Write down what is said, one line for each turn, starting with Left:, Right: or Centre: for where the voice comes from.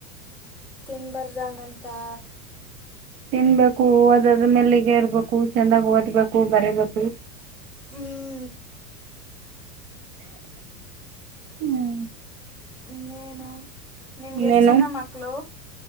Centre: ತ ತಿನ್ಬಾರ್ದ ಅಂತಾ
Right: ತಿನ್ಬೇಕು ಓದದ್ರ್ ಮೇಲ ನಿಗಾ ಇರ್ಬೇಕು ಚೆಂದಾಗ್ ಓದ್ಬೇಕು ಬರೀಬೇಕು
Centre: ಹ್ಮ್
Right: ಹ್ಮ್
Centre: ಇನ್ನೇನು ನಿಮ್ಗೆ
Right: ಇನ್ನೇನು
Centre: ಎಷ್ಟು ಜನಾ ಮಕ್ಕಳು?